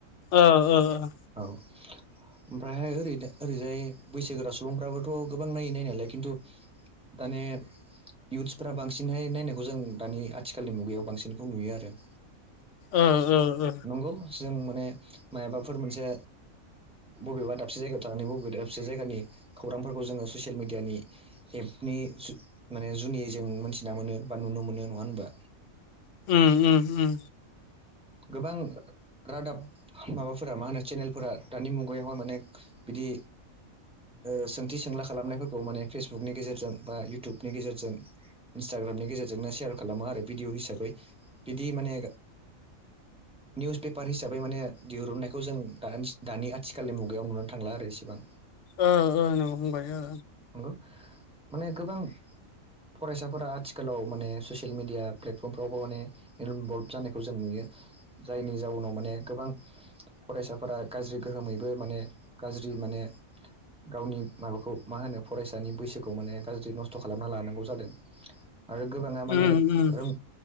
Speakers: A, on the left; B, in the centre.
A: ओ ओ ओ
B: औ ओमफ्रायहाय ओरै ओरैजाय बैसोगोरा सुबुंफ्राबो थ' गोबां नायो नायनायालाय खिन्थु माने युथ्सफोरा बांसिनहाय नायनायखौ जों दानि आथिखालनि मुगायाव बांसिनखौ नुयो आरो।
A: ओ ओ ओ
B: नंगौ जों माने मायबाफोर मोनसे बबेबा दाबसे जायगायाव थानानै बबेबा दाबसे जायगानि खौरांफोरखौ जोङो ससियेल मिडियानि एपनि माने जुनियै जों मोनथिना मोनो बा नुनो मोनो नङा होनबा?
A: उम उम उम।
B: गोबां रादाब माबाफोरा मा होनो चेनेलफोरा दानि मुगायावहाय माने बिदि ओ सोंथि सोंला खालामनायफोरखौ माने फेसबुकनि गेजेरजों बा इउटुबनि गेजेरजों इन्स्टाग्रामनि गेजेरजोंनो सेयार खालामो आरो भिडिअ' हिसाबै बिदि माने निउस पेपार हिसाबै माने दिरुननायखौ जों दानि आथिखालनि मुगायाव नुनानै थांला आरो इसेबां।
A: ओ ओ नंगौ फंबाय ओ।
B: नंगौ माने गोबां। फरायसाफोरा आथिखालाव माने ससियेल मिडिया प्लेटफर्मफ्रावबो माने इनभल्भ जानायखौ जों नुयो जायनि जाउनाव माने गोबां फरायसाफोरा गाज्रि गोहोमैबो माने गाज्रि माने गावनि माबाखौ मा होनो फरायसानि बैसोखौ माने गाज्रि नस्थ' खालामना लानांगौ जादों। आरो गोबाङा माने
A: उम उम
B: रों-